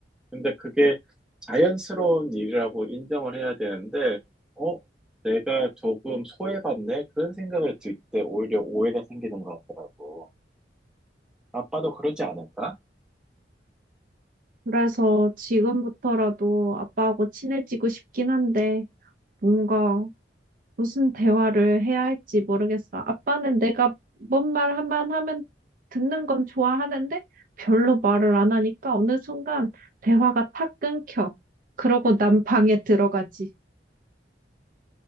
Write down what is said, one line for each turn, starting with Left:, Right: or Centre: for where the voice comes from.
Centre: 근데 그게 자연스러운 일이라고 인정을 해야 되는데, 어? 내가 조금 소외받네? 그런 생각을 들 때 오히려 오해가 생기는 것 같더라고. 아빠도 그러지 않을까?
Right: 그래서 지금부터라도 아빠하고 친해지고 싶긴 한데, 뭔가 무슨 대화를 해야 할지 모르겠어. 아빠는 내가 뭔 말 한 번 하면 듣는 건 좋아하는데, 별로 말을 안 하니까 어느 순간 대화가 탁 끊겨. 그러고 난 방에 들어가지.